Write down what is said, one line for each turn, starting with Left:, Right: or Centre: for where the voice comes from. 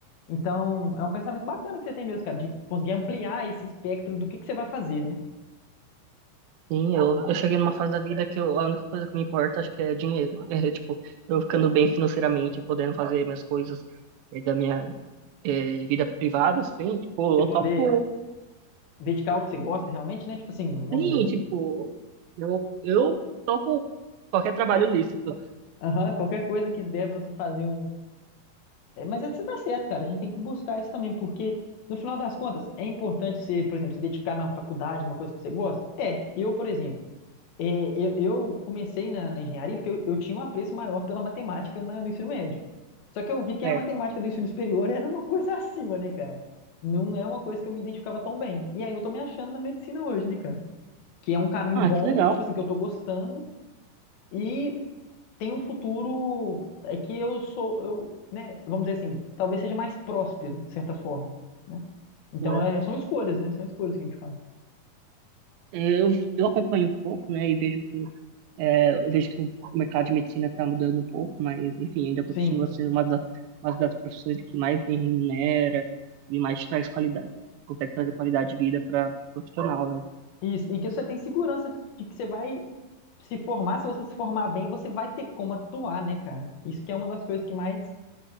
Left: Então, é um pensamento bacana que você tem mesmo, cara, de conseguir ampliar esse espectro do que que você vai fazer, né?
Right: Sim, eu, eu cheguei numa fase da vida que eu- a única coisa que me importa acho que é dinheiro. <laughs> É, tipo, eu ficando bem financeiramente, podendo fazer minhas coisas é, da minha é, vida privada, assim, tipo,
Left: Você
Right: eu
Left: poder
Right: topo,
Left: dedicar ao que você gosta realmente, né? Tipo assim, vamos
Right: sim,
Left: dizer, né?
Right: tipo, eu, eu topo qualquer trabalho lícito.
Left: Aham, qualquer coisa que der pra você fazer um. É, mas é que você tá certo, cara. A gente tem que buscar isso também, porque no final das contas, é importante você, por exemplo, se dedicar na faculdade, uma coisa que você gosta? É. Eu, por exemplo. É, eu, eu comecei na, na engenharia porque eu, eu tinha um apreço maior pela matemática na- no ensino médio. Só que eu vi que
Right: Certo.
Left: a matemática do ensino superior <laughs> era uma coisa <laughs> acima, né, cara? Não é uma coisa que eu me identificava tão bem. E aí eu tô me achando na medicina hoje, né, cara? Que é um caminho
Right: Ah,
Left: bom,
Right: que legal.
Left: tipo assim, que eu tô gostando e tem um futuro é, que eu sou, eu, né, vamos dizer assim, talvez seja mais próspero, de certa forma, né? Então,
Right: Pô.
Left: é, são escolhas, né? São escolhas que a gente faz.
Right: Eu, eu acompanho um pouco, né, e vejo que, é, eu vejo que o mercado de medicina está mudando um pouco, mas, enfim, ainda continua
Left: Sim.
Right: sendo uma das, uma das profissões que mais bem remunera e mais traz qualidade, consegue trazer qualidade de vida para profissional, né?
Left: Isso, e que você tem segurança de de que você vai se formar, se você se formar bem, você vai ter como atuar, né, cara? Isso que é uma das coisas que mais